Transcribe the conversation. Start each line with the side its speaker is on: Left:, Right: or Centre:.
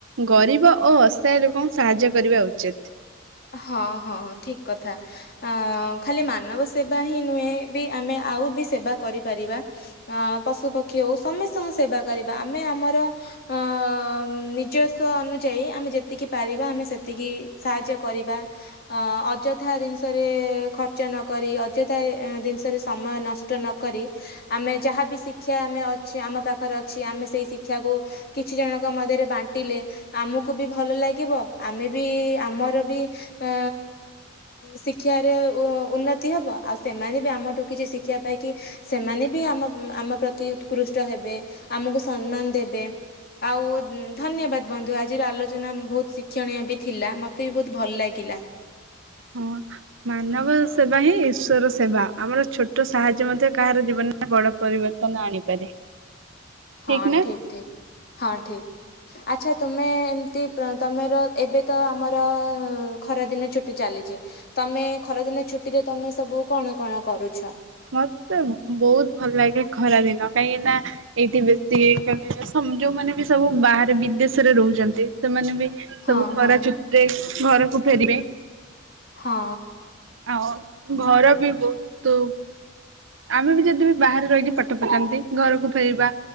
Right: ଗରିବ ଓ ଅସହାୟ ଲୋକଙ୍କୁ ସାହାଯ୍ୟ କରିବା ଉଚିତ୍।
Left: ହଁ ହଁ ଠିକ୍ କଥା। ଆ ଖାଲି ମାନବ ସେବା ହିଁ ନୁହେଁ ବି ଆମେ ଆଉ ବି ସେବା କରିପାରିବା। ହଁ ପଶୁ ପକ୍ଷୀ ହଉ ସମସ୍ତଙ୍କ ସେବା କରିବା ଆମେ ଆମର ଅ ନିଜସ୍ଵ ଅନୁଯାୟୀ ଆମେ ଯେତିକି ପାରିବା ଆମେ ସେତିକି ସାହାଯ୍ୟ କରିବା। ଅ ଅଯଥା ଜିନିଷରେ ଖର୍ଚ୍ଚ ନକରି ଅଯଥା ଏ ଜିନିଷରେ ସମୟ ନଷ ଷ୍ଟ ନକରି ଆମେ ଯାହା ବିି ଶିକ୍ଷା ଆମେ ଅଛେ ଆମ ପାଖରେ ଅଛି ଆମେ ସେଇ ଶିକ୍ଷାକୁ କିଛି ଜଣଙ୍କ ମଧ୍ୟରେ ବାଣ୍ଟିଲେ ଆମକୁ ବି ଭଲ ଲାଗିବ ଆମେ ବି ଆମର ବି ଅ ଶିକ୍ଷାରେ ଉ ଉନ୍ନତି ହେବ ଆଉ ସେମାନେ ବି ଆମଠୁ କିଛି ଶିକ୍ଷା ପାଇକି ସେମାନେ ବି ଆମ ଆମ ପ୍ରତି ଉତ୍କୃଷ୍ଟ ହେବେ ଆମକୁ ସମ୍ମାନ ଦେବେ। ଆଉ ଧନ୍ୟବାଦ୍ ବନ୍ଧୁ ଆଜିର ଆଲୋଚନା ବହୁତ ଶିକ୍ଷଣୀୟ ବି ଥିଲା ମତେ ବି ବହୁତ ଭଲ ଲାଗିଲା।
Right: ହୁଁ। ମାନବ ସେବା ହିଁ ଈଶ୍ଵର ସେବା ଆମର ଛୋଟ ସାହାଯ୍ୟ ମଧ୍ୟ କାହାର ଜୀବନ ରେ ବଡ ପରିବର୍ତ୍ତନ ଆଣିପାରେ।
Left: ହଁ
Right: ଠିକ ନା
Left: ଠିକ୍ ଠିକ୍ ହଁ ଠିକ୍। ଆଚ୍ଛା ତମେ ଏମିତି ପ୍ର ତମର ଏବେ ତ ଆମର ଖରାଦିନ ଛୁଟି ଚାଲିଛି। ତମେ ଖରାଦିନ ଛୁଟିରେ ତମେ ସବୁ କଣ କଣ କରୁଛ?
Right: ମତେ ବହୁତ ଭଲ ଲାଗେ ଖରା ଦିନ କାହିଁକି ନା ଏଇଠି ବେଶୀ କହିଲେ ସମ ଯୋଉମାନେ ବି ସବୁ ବାହାରେ ବିଦେଶରେ ରହୁଛନ୍ତି ସେମାନେ ବି ସବୁ
Left: ହଁ
Right: ଖରା
Left: ହଁ
Right: ଛୁଟି ରେ ଘରକୁ ଫେରିବେ।
Left: ହଁ।
Right: ଆଉ ଘର ବି ବହୁତ ଆମେ ବି ଯଦି ବି ବାହାରେ ରହିକି ପାଠ ପଢଛନ୍ତି ଘରକୁ ଫେରିବା,